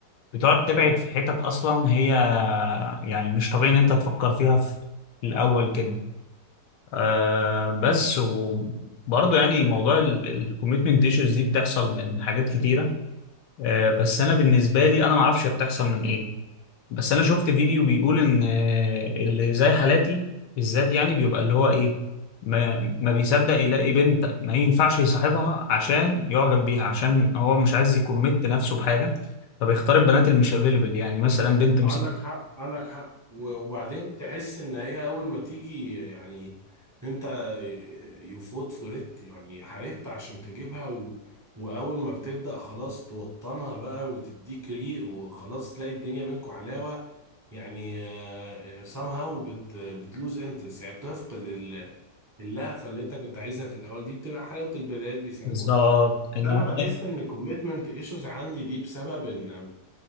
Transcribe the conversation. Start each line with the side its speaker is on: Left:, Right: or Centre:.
Left: بتقعد تبعد في حتت اصلا هي يعني مش طبيعي ان انت تفكر فيها في في الاول كده آه بس وبرضه يعني موضوع الكوميتمنت ايشوز دي بتحصل من حاجات كتيره آه بس انا بالنسبه لي انا ما اعرفش هي بتحصل من ايه بس انا شفت فيديو بيقول ان آه، اللي زي حالاتي بالذات يعني بيبقى اللي هو ايه ما ما بيصدق يلاقي بنت ما ينفعش يصاحبها عشان يعجب بيها عشان هو مش عايز يكمت نفسه بحاجه فبيختار البنات اللي مش افيلبل يعني مثلا بنت مش
Right: عندك حق عندك حق و- وبعدين تحس ان هي اول ما تيجي يعني انت يفوت فريت يعني حاربت عشان تجيبها و... واول ما بتبدأ خلاص توطنها بقى وتديك ريق وخلاص تلاقي الدنيا بينكم حلاوة يعني آه، آه، somehow بت... بتلوز انترست يعني بتفقد ال... اللهفة اللي انت كنت عايزها في الاول دي بتبقى حلاوة البدايات بيسموها
Left: بالظبط ان
Right: انا
Left: هو
Right: بحس ان الكوميتمنت ايشوز عندي دي بسبب ان